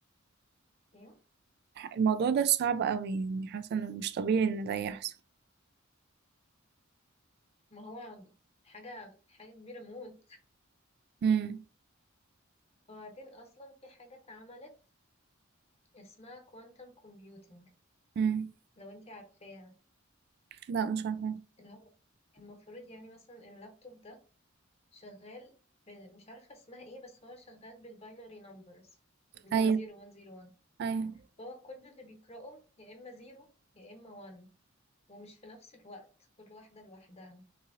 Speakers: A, on the left (about 30°); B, on the right (about 50°).
A: يعني
B: الموضوع ده صعب قوي يعني حاسة انه مش طبيعي ان ده يحصل
A: ما هو حاجة حاجة كبيرة موت
B: مم.
A: وبعدين أصلا في حاجة اتعملت اسمها كوانتم كومبيوتينج
B: مم.
A: لو انتي عارفاها
B: لا مش عارفة
A: اللي هو المفروض يعني مثلا اللابتوب ده شغال ب... مش عارفة اسمها ايه بس هو شغال بالباينري نمبرز اللي
B: ايوه
A: هو 0101
B: ايوه
A: فهو كل اللي بيقرأه يا إما 0 يا إما 1 ومش في نفس الوقت كل واحدة لوحدها